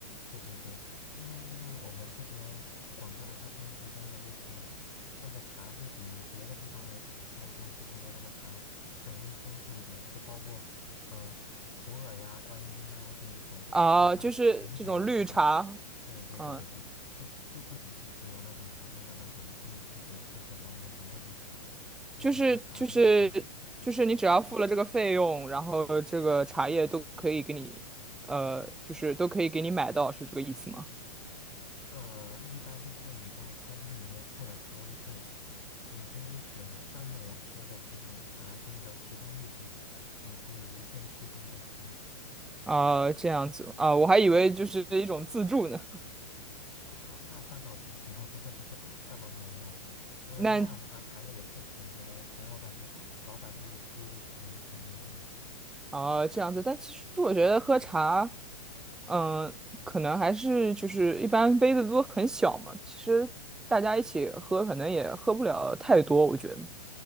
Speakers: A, on the left; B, in the centre.
A: 对对对，因为因为我们这边广州的餐厅提供的一些那个茶，会比别的地方的餐厅提供的那个茶种类丰富一点，就包括嗯、呃普洱呀、观音啊这一种，
B: 啊，
A: 对吧？
B: 就是这种绿茶，
A: 龙井啊，对吧？对对对对对，
B: 嗯，
A: 就不就不只是只有那种普通的那种最最简最简单的那种茉莉茶，就很多茶都有选择。
B: 就是就是就是你只要付了这个费用，
A: 嗯
B: 然后这个茶叶都可以给你，呃，就是都可以给你买到，是这个意思吗？
A: 呃，一般就是你在餐厅里面付了茶位费，你可以选上面我说的几种茶中的其中一种，你可以无限续杯的喝。
B: 啊，这样子啊，我还以为就是一种自助呢。
A: 对啊，那那倒不是，<laughs> 那倒没有那种。如果是那样的话，
B: 那
A: 茶叶也太便宜了，可能我感觉老板会亏的挺挺严重的。
B: 啊，这样子，但其实我觉得喝茶，嗯，可能还是就是一般杯子都很小嘛，其实大家一起喝可能也喝不了太多，我觉得。